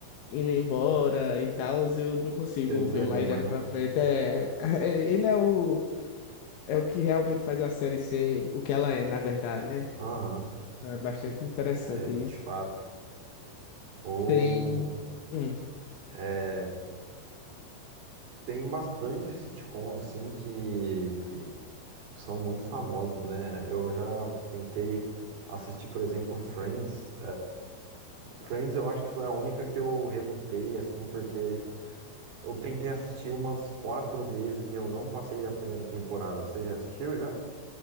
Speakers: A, on the left; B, on the right.
A: indo embora e tal, eu não consigo
B: você desanima,
A: ver mais ele
B: né?
A: pra frente. É, <laughs> ele é o É o que realmente faz a série ser o que ela é, na verdade, né?
B: Aham,
A: É bastante interessante
B: é,
A: isso.
B: de fato. Ou,
A: Tem. Hum,
B: é, tem bastante sitcoms, assim, que, que são muito famosos, né? Eu já tentei assistir, por exemplo, Friends. Friends eu acho que foi a única que eu relutei, assim, porque eu tentei assistir umas quatro vezes e eu não passei da primeira temporada. Você já assistiu já?